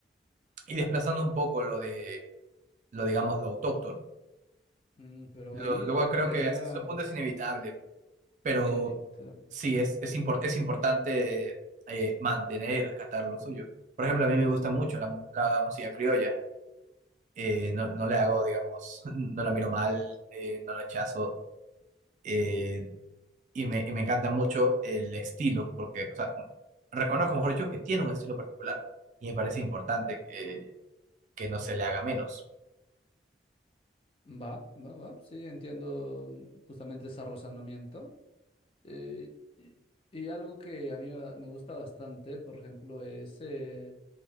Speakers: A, on the right; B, on the left.
A: y desplazando un poco lo de, lo digamos, lo autóctono.
B: Mm, pero
A: Lo-
B: ahí
A: Luego creo
B: sería
A: que hasta cierto punto es inevitable, pero
B: inevitable.
A: sí, es, es, impor- es importante eh, mantener y rescatar lo suyo. Por ejemplo, a mí me gusta mucho la, mu- la música criolla. Eh, no, no le hago, digamos, <laughs> no la miro mal, eh, no la rechazo. eh, y, me, y me encanta mucho el estilo, porque, o sea, reconozco, mejor dicho, que tiene un estilo particular. Y me parece importante que, que no se le haga menos.
B: Va, va, va, sí, entiendo mm, justamente ese razonamiento. Eh, y, y algo que a mí va- me gusta bastante, por ejemplo, es eh,